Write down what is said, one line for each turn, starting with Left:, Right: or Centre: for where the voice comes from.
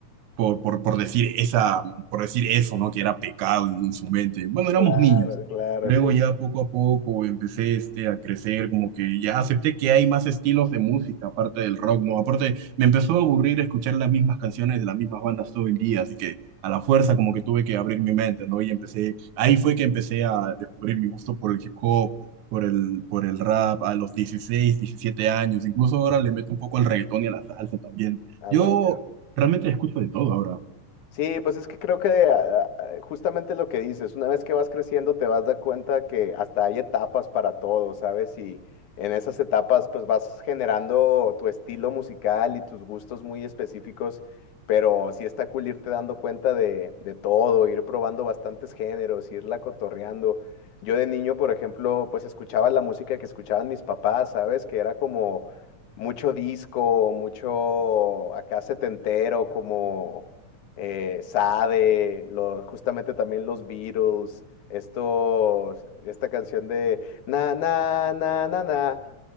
Right: por, por, por decir esa, por decir eso, ¿no? Que era pecado en, su mente.
Left: <laughs>
Right: Bueno, éramos
Left: claro,
Right: niños.
Left: claro,
Right: Luego
Left: sí,
Right: ya poco a poco empecé este, a crecer, como que ya acepté que hay más estilos de música aparte del rock, ¿no? Aparte, me empezó a aburrir escuchar las mismas canciones de las mismas bandas todo el día, así que a la fuerza como que tuve que abrir mi mente, ¿no? Y empecé, ahí fue que empecé a descubrir mi gusto por el hip hop, por el, por el rap, a los 16 17 años, incluso ahora le meto un poco al reggaetón y a la salsa también.
Left: a
Right: Yo
Left: huevo.
Right: Realmente escucho de todo ahora.
Left: Sí, pues es que creo que ah, ah, justamente lo que dices, una vez que vas creciendo te vas a dar cuenta que hasta hay etapas para todo, ¿sabes? Y en esas etapas pues vas generando tu estilo musical y tus gustos muy específicos, pero sí está cool irte dando cuenta de, de todo, ir probando bastantes géneros, irla cotorreando. Yo de niño, por ejemplo, pues escuchaba la música que escuchaban mis papás, ¿sabes? Que era como mucho disco, mucho acá setentero, como eh, Sade, lo- justamente también los Beatles, estos, esta canción de na na na na na